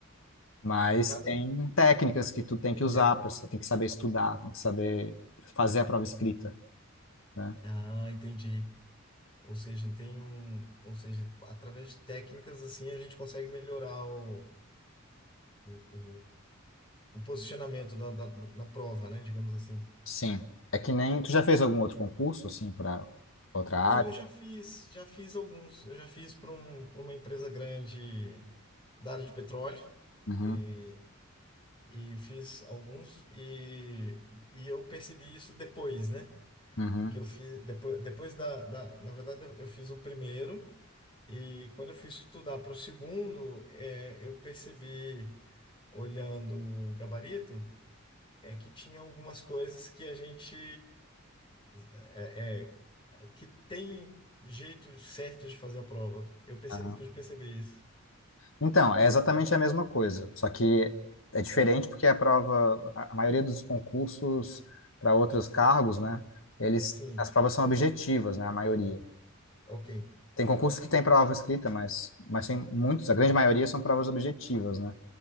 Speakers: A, on the left; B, on the left.
A: Mas
B: Cada,
A: tem técnicas que tu tem
B: Tem
A: que usar,
B: técnica.
A: pra, tem que saber estudar, tem que saber fazer a prova escrita, né?
B: Ah, entendi. Ou seja, tem um, ou seja, através de técnicas assim a gente consegue melhorar o, o, o- o posicionamento da, da- na prova, né? Digamos assim.
A: Sim. É que nem... Tu já fez algum outro concurso, assim, para outra
B: Não,
A: área?
B: eu já fiz, já fiz alguns. Eu já fiz para um, para uma empresa grande da área de petróleo
A: Uhum,
B: e, e eu fiz alguns e, e eu percebi isso depois, né?
A: uhum.
B: Que eu fiz depois, depois da, da, na verdade eu fiz o primeiro. E quando eu fui estudar para o segundo, é, eu percebi, olhando o gabarito, é que tinha algumas coisas que a gente é, é, que tem jeito certo de fazer a prova. Eu, perce,
A: Ah.
B: eu pude perceber isso.
A: Então, é exatamente a mesma coisa, só que é diferente porque a prova, a a maioria dos concursos para outros cargos, né, eles,
B: Sim,
A: as provas são objetivas, né, a maioria.
B: ok,
A: Tem concursos que tem prova escrita, mas, mas tem muitos, a grande maioria são provas objetivas, né?